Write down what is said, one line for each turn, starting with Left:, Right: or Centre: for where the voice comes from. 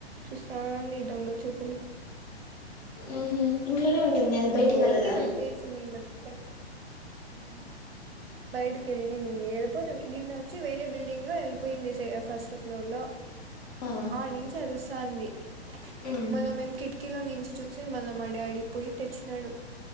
Right: చూస్తుంది దొంగ చూపులు
Left: ఆ ఇంట్లోనే ఉంటుంది అది బయటికి
Right: గోకి
Left: వెళ్ళదా
Right: బపెట్టేసిిన మ అ
Left: అవునా
Right: వెళపోతే నిన్న వచ్చి వే బిల్డింగ్ లో వెళిపోయింది ఫస్ట్ ఫ్లోర్ లో
Left: ఆ
Right: ఆడనుంచి ఆరు స్తుంది
Left: ఉమ్
Right: మల్ల మేము కిడ్ అకిిలో నుంచి చూసి మళ్ళీ మా డాడీ పోయి తెచ్చినాడు